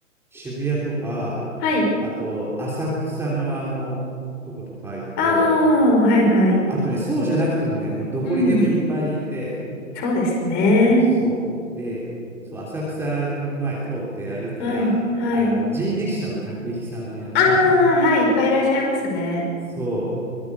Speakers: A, in the centre; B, on the left.
A: 渋谷とか、
B: はい。
A: あと、浅草のあの、とことか行くと、
B: ああ、はいはい。
A: あとね、そうじゃなくてもね、もうどこにでもいっぱいいて、
B: うん。そうですね。
A: そう。で、そう、浅草の前通って歩いてたら、
B: はい、はい。
A: あの、人力車の客引きさんが山のように、
B: ああ、はい、いっぱいいらっしゃいますね。
A: そ